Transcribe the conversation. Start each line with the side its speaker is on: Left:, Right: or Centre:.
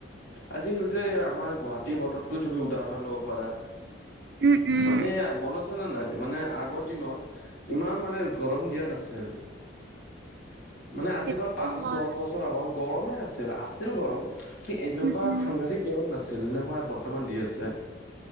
Left: আজিকালি যে আমাৰ গুৱাহা টি বতৰটো তুমি উদাহৰণ ল'ব পাৰা।
Right: উম উম
Left: মানে মনত আছেনে নাই? মানে আগৰ দিনত ইমান মানে গৰম দিয়া নাছিল। মানে আজি
Right: সেইটোতো
Left: বাৰু পাঁচ,
Right: হয়
Left: ছ বছৰ আগ হল গৰমেই নাছিল, আছিল গৰম সেই এনেকুৱা
Right: উম উম
Left: সাংঘাতিক গৰম নাছিল যেনেকুৱা বৰ্তমান দি আছে।